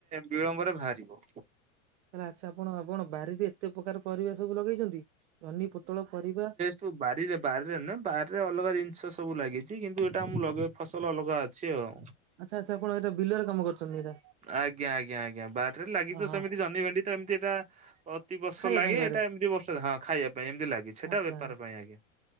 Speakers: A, on the right; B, on the right.
A: ବିଳମ୍ବରେ ଭାଆରିବ।
B: ତାଲେ ଆଚ୍ଛା ଆପଣ ଆପଣ ବାରିରେ ଏତେ ପ୍ରକାର ପରିବା ସବୁ ଲଗେଇଛନ୍ତି ଜହ୍ନି ପୋଟଳ ପରିବା।
A: ତୁ ବାରିରେ ବାରିରେ ନ ବାରିରେ ଅଲଗା ଜିନିଷ ସବୁ ଲାଗିଛି କିନ୍ତୁ ଏଇଟା ମୁ ଲଗ ଫସଲ ଲଗା ଅଛି ଆଉ
B: ଆଚ୍ଛା ଆଚ୍ଛା ଆପଣ ଏଟା ବିଲରେ କାମ କରୁଛନ୍ତି ଏଇଟା
A: ଆଜ୍ଞା ଆଜ୍ଞା ଆଜ୍ଞା ବାରିରେ ଲାଗିଛି
B: ହଁ
A: ତ
B: ହଁ
A: ସେମିତି ଜହ୍ନି ଭେଣ୍ଡି ତ ଏମିତି ଏଟା ଅତି ବର୍ଷ
B: ଖାଇବା
A: ଲାଗେ
B: ପାଇଁ ଘରେ
A: ଏଇଟା ଏମିତି ବର୍ଷ ହଁ ଖାଇବା ପାଇଁ ଏମିତି ଲାଗି ସେଟା
B: ଆଚ୍ଛା
A: ବେପାର ପାଇଁ ଆଜ୍ଞା।